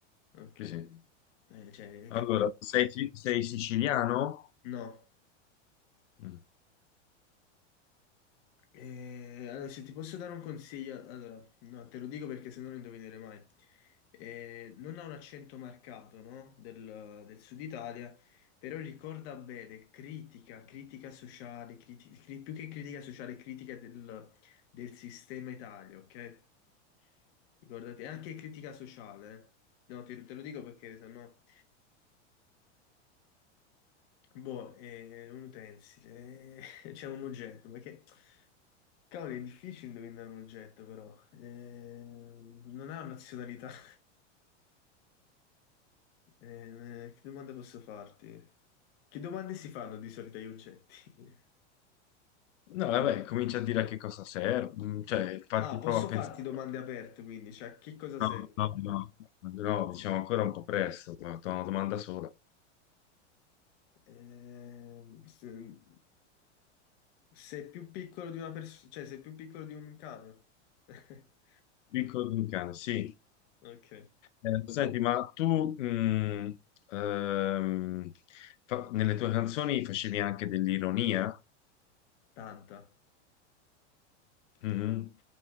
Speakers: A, on the left; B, on the left.
A: Ok.
B: sì, sì.
A: Eh, cioè,
B: Allora,
A: cap-
B: sei, sei siciliano?
A: no.
B: Mm.
A: Eh, allora, se ti posso dare un consiglio, allora, no, te lo dico perché se no lo indovinerai mai. Eh, non ha un accento marcato, no? Del, del sud Italia, però ricorda bene, critica, critica sociale, criti- cri- più che critica sociale, critica del, del sistema Italia, ok? Ricordate, anche critica sociale. eh. No, te, te lo dico perché se no... Boh, è un utensile, eh, <laughs> c'è un oggetto, ma che... Cavolo, è difficile indovinare un oggetto, però. Ehm, non ha nazionalità. <laughs> Eh, che domanda posso farti? Che domande si fanno di solito agli oggetti? <laughs>
B: No, vabbè, comincia a dire a che cosa serve, mm, cioè, infatti
A: Ah, posso
B: prova a pensare,
A: farti domande aperte, quindi, cioè, che cosa sei?
B: no, no, no, no, diciamo ancora un po' presto, ma ho una domanda sola.
A: Ehm, se- sei più piccolo di una persona, cioè, sei più piccolo di un cane? <laughs>
B: Piccolo di un cane, sì.
A: Ok,
B: Eh, senti, ma tu mm, ehm, fa- nelle tue canzoni facevi anche dell'ironia?
A: tanta.
B: Mhm.